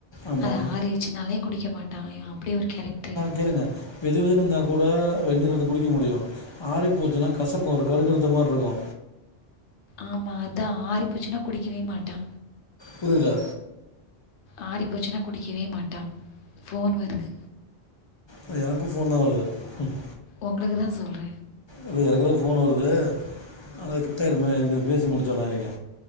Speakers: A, on the left (about 45°); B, on the left (about 85°).
A: ஆமாம்
B: அது ஆறிருச்சுனாலே குடிக்க மாட்டா இவன் அப்டி ஒரு கேரக்ட்ரு
A: தெருங்க வெதுவெதுன்னு இருந்தா கூட வெந்நீர் வந்து குடிக்க முடியு ஆரி போச்சுனா கசக்கு ஒரு கடுகடுத்த மாரி இருக்கு
B: ஆமா அதா ஆறிப்போச்சுனா குடிக்கவே மாட்டா
A: புரில
B: ஆறி போச்சுனா குடிக்கவே மாட்டான் போன் வருது
A: ஆ எனக்கு போன் தா வருது ம்
B: உங்களுக்கு தா சொல்ற
A: அது எனக்குதா போன் வருது ஆனா இது கட்டாயிருமே இருங்க இத பேசி முடிச்சுர்லா இருங்க